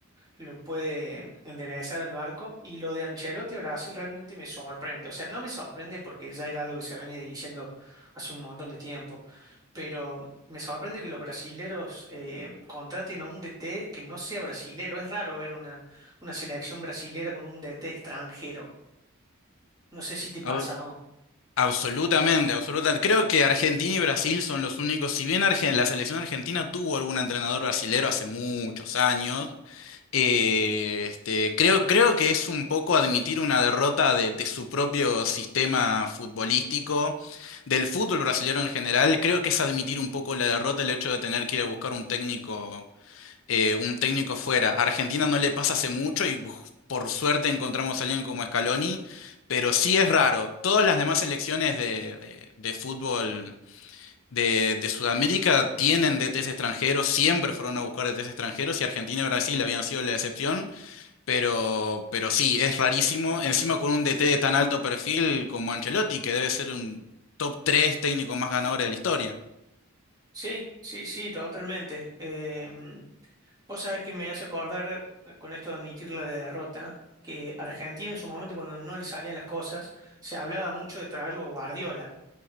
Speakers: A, on the right (about 15°); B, on the left (about 65°).
A: lo puede enderezar el barco. Y lo de Ancelotti a Brasil realmente me sorprende. O sea, no me sorprende porque ya era algo que se venía diciendo hace un montón de tiempo. Pero me sorprende que los brasileros eh, contraten a un DT que no sea brasilero. Es raro ver una, una selección brasilera con un DT extranjero. No sé si te pasa.
B: Au- Absolutamente, absolutamente. Creo que Argentina y Brasil son los únicos, si bien Argen- la selección argentina tuvo algún entrenador brasilero hace muchos años, Eh, este, creo, creo que es un poco admitir una derrota de, de su propio sistema futbolístico, del fútbol brasileño en general. Creo que es admitir un poco la derrota el hecho de tener que ir a buscar un técnico, eh, un técnico fuera. A Argentina no le pasa hace mucho y uf, por suerte encontramos a alguien como Scaloni, pero sí es raro. Todas las demás selecciones de, de- de fútbol. De, de Sudamérica tienen DTs extranjeros, siempre fueron a buscar DTs extranjeros y Argentina y Brasil habían sido la excepción. Pero, pero sí, es rarísimo. Encima con un DT de tan alto perfil como Ancelotti, que debe ser un top 3 técnico más ganador de la historia.
A: Sí, sí, sí, totalmente. Em, vos sabés que me hace acordar, eh, con esto de admitir la derrota, que Argentina en su momento cuando no le salían las cosas, se hablaba mucho de traerlo a Guardiola,